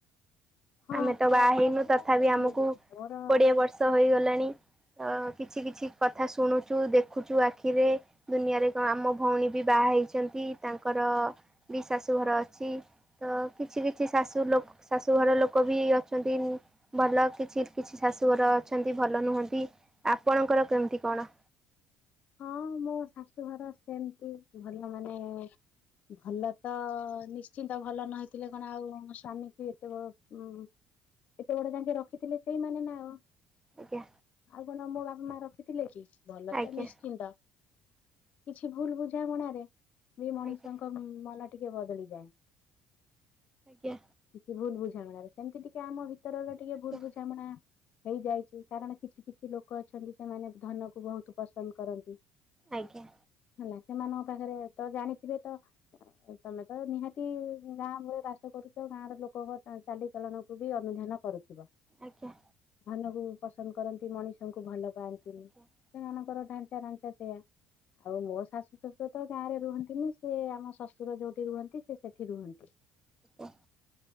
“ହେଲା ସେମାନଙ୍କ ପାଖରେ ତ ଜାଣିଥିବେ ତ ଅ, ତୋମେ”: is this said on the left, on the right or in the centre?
Left